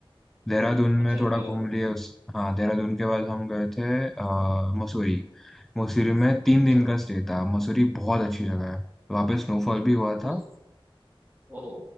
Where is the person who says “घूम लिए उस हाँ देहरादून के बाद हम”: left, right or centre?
Centre